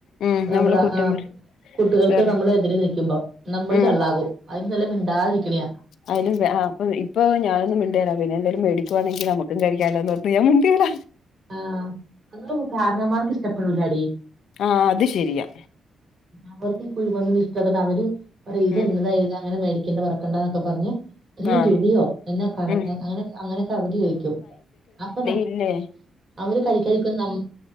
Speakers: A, on the left (about 80°); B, on the right (about 35°).
A: ഉം
B: നമ്മള്
A: നമ്മളെ കുറ്റം
B: ആ
A: പറയും
B: കുട്ടികൾക്ക്
A: വേറെ
B: നമ്മള് എതിര് നിൽക്കുമ്പോ നമ്മള്
A: ഉം
B: ചള്ളാകും അതിനും നല്ലത് മിണ്ടാതിരിക്ക്ണിയാ
A: അയലുംഭേ ആ പ്പം ഇപ്പോ ഞാനൊന്നും മിണ്ടേല പിന്നെന്തേലും വേടിക്കുവാണെങ്കിൽ നമ്മക്കും കഴിക്കാലോന്നോർത്ത് ഞാൻ മിണ്ടേല
B: ആ അതൊന്നും കാരണമ്മാർക്ക് ഇഷ്ടപ്പെടൂലാടി
A: ആ അത് ശരിയാ
B: അവർക്ക് ഈ കുഴിമന്തിയൊന്നും ഇഷ്ടാത്തോണ്ട് അവര് പറയും ഇത്
A: ഉം
B: എന്നതാ ഇത് അങ്ങനെ മേടിക്കേണ്ട പറയും ക്കണ്ടാന്നൊക്കെ പറഞ്ഞ് ഈ
A: ആഹ്
B: ടുവിയോ എന്നാ കണഎ
A: ഉം
B: അങ്ങനെ അങ്ങനെയൊക്കെ അവധി ചോയിക്കും അപ്പെന്നാ
A: ല്ലേ
B: അവര് കഴിക്കാരിക്കുന്നമ്മ